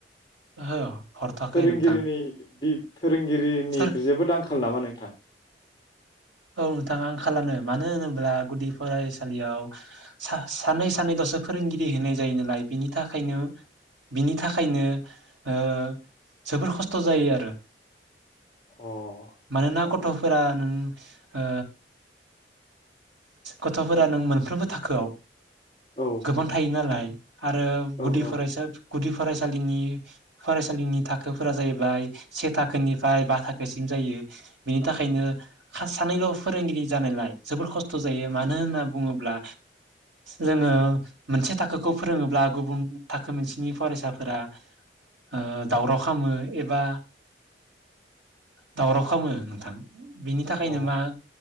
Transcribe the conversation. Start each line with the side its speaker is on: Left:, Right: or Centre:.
Right: ओहो हरथ'वाखै
Left: फोरोंगिरिनि
Right: नोंथां
Left: फोरोंगिरिनि
Right: सोर
Left: जोबोद आंखाल नामा नों थां
Right: औ नोंथां आंखालानो मानो होनोब्ला गुदि फरायसालियाव सानै सानैल'सो फोरोंगिरि होनाय जायो नालाय बेनि थाखायनो बिनि थाखायनो ओ जोबोर खस्थ' जायो आरो
Left: अ
Right: मानोना
Left: औ
Right: गथ'फोरा नों ओ गथ'फोरा नों मोनफ्रोमबो थाखोआव
Left: औ
Right: गोबां थायो नालाय आरो
Left: औ
Right: गुदि
Left: औ
Right: फरायसा गुदि फरायसालिनि फरायसालिनि थाखोफोरा जाहैबाय से थाखोनिफ्राय बा थाखोसिम जायो बेनि थाखायनो खासे सानैल' फोरोंगिरि जानायलाय जोबोर खस्थ' जायो मानो होनना बुङोब्ला जोङो मोनसे थाखोखौ फोरोङोब्ला गुबुन थाखो मोनसेनि फरायसाफोरा अ दावराव खालामो एबा दावराव खालामो नोंथां बेखायनो
Left: अ
Right: मा